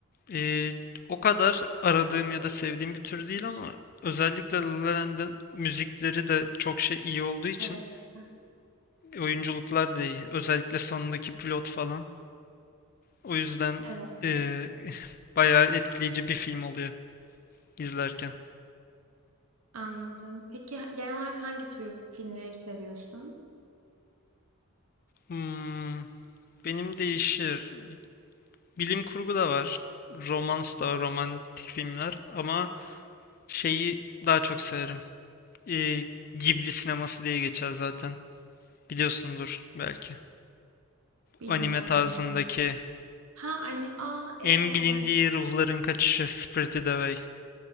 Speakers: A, on the left; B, on the right.
A: Ee, o kadar aradığım ya da sevdiğim bir tür değil ama özellikle La La Land'in müzikleri de çok şey iyi olduğu için
B: Evet güzel.
A: oyunculuklar da iyi. Özellikle sonundaki plot falan. O yüzden
B: Evet
A: ee, <laughs> bayağı etkileyici bir film oluyor izlerken.
B: anladım. Peki genel olarak hangi tür filmleri seviyorsun?
A: Hmm, benim değişir. Bilim kurgu da var. Romans da var, romantik filmler. Ama şeyi daha çok severim. Ee, Ghibli sineması diye geçer zaten. Biliyorsundur belki.
B: Bilmiyorum
A: Anime tarzındaki
B: galiba. Ha annem, aa evet.
A: En bilindiği ruhların kaçışı Spirited Away.